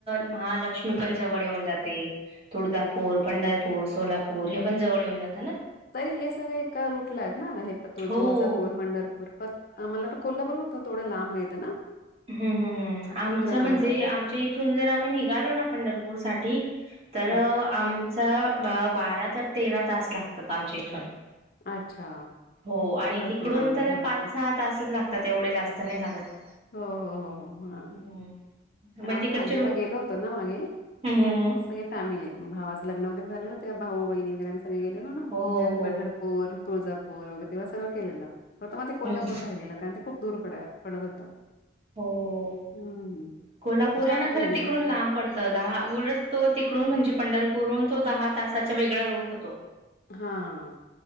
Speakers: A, on the right (about 30°); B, on the left (about 50°).
A: महालक्ष्मी पण जवळ येऊन जाते तुळजापूर, पंढरपूर, सोलापूर हे पण जवळ येऊन जाते
B: तरी हे सगळे एका रूटला आहेत ना हे तो
A: हो
B: तुळजापूर पंढरपूर आम्हाला तर कोल्हापूर त थोडं लांब मा येतं ना
A: हम् हम् हम् आमच्या
B: ते जरा लांब
A: म्हणजे
B: राहतं
A: आमच्या इथून जर आम्ही निघालो ना पंढरपूर साठी तर
B: हा.
A: आमचा बारा तर तेरा तास लागतात आमच्या इथून
B: अच्छा
A: हो आणि
B: भरपूर
A: तिकडून
B: लांब
A: तर
B: आहे हम्म
A: पाच सहा तासच लाग आता तेवढे जास्त नाही लागत.
B: हो हो हो हो हा
A: हम्म
B: कारण
A: मग
B: आम्ही
A: तिकडचे
B: जेव्हा
A: लोक
B: गेलो होतो ना मागे
A: हम्म हम्म हम्म.
B: सगळे फॅमिली भावाचं लग्न वगैरे झालेलं त्या भाऊ बहिणीगर आम्ही सगळे गेलेलो ना
A: हो
B: मग ते
A: हो
B: पंढरपूरुळजापूर
A: हो
B: वगैर तेव्हा सगळ केलेलं फक्त मग ते कोल्हापूर
A: हम्म
B: राहिलेलं कारण ते खूप दूर पड पडत होत
A: हो
B: हम्म
A: कोल्हापूर
B: छान
A: आहे ना
B: पण
A: खरं
B: दिवस
A: तिकडून लांब पडतं दहा उलटतो तिकडून म्हणजे पंढरप पुरून तो दहा तासाचा वेगळा रोट होतो
B: हा हा